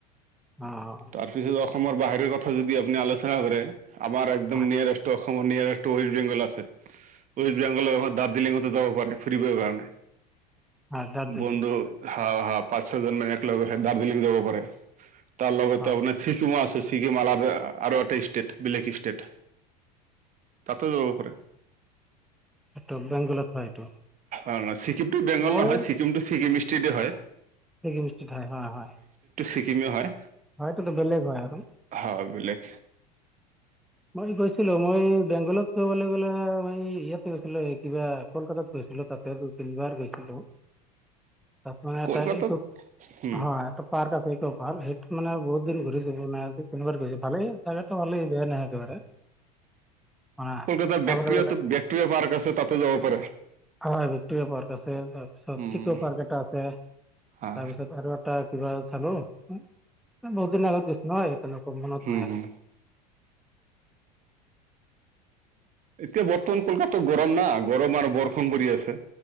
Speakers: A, in the centre; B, on the right (about 35°).
A: অহ
B: তাৰপিছত অসমৰ বাহিৰ কথা যদি আপুনি আলোচনা কৰে আমাৰ একদম
A: হয়
B: নিয়াৰেষ্ট অসমৰ নিয়াৰটো ৱেষ্ট বেংগল আছে ৱেষ্ট বেংগলৰ আমাৰ দাৰ্জিলিঙতো যাব পাৰে ফুৰিবৰ কাৰণে
A: হয় দাৰ্জিলিং
B: বন্ধু হা হা পাঁচ ছয়জন মানে একেলগে দাৰ্জিলিং যাব পাৰে তাৰ লগতে
A: হয়
B: আপোনাৰ ছিকিমো আছে। ছিকিম আৰু এটা ষ্টেট বেলেগ ষ্টেট তাতো যাব পাৰে।
A: এটো বেংগলত হয় এইটো।
B: অঁ ছিকিমটো বেংগল
A: মই
B: নহয় ছিকিমটো ছিকিম ষ্টেটেই হয়।
A: ছিকিম ষ্টেট হয় হয় হয়।
B: ছিকিমেই হয়।
A: হয় এইটোতো বেলেগ হয় আৰু
B: হয় বেলেগ
A: মই গৈছিলো মই বেংগলত কবলৈ গ'লে মই ইয়াতে গৈছিলো কিবা কলকাতাত গৈছিলো। ছিলো তাতে দুই-তিনিবাৰ গেছিলো। তাত মানে এটা
B: কলকাতাত
A: এইটো
B: উম
A: হয়, এটা পাৰ্ক আছে এইটো ভাল সেইটো মানে বহুত দিন ঘূৰিছে। দুই তিনিবাৰ ঘূৰিছে ভালেই জাগাটো ভালেই, বেয়া নহয়। <unintelligible>
B: কলকাতাৰ
A: চাবলৈ
B: বেক্টেৰিয়াটো
A: গ'লে
B: বেক্টেৰিয়া পাৰ্ক আছে তাতে যাব পাৰে
A: হয় বেক্টেৰিয়া পাৰ্ক আছে, তাৰপিছত
B: উম
A: চিখৰ পাৰ্ক এটা আছে,
B: হা
A: তাৰপিছত আৰু এটা কিবা চালো বহুত দিনৰ আগত গৈছোঁ নহয় সেইপিন মনত
B: হম
A: নাই আৰু
B: হম এতিয়া বৰ্তমান কলকাতাত গৰম না গৰম আৰু বৰষষণ পৰি আছে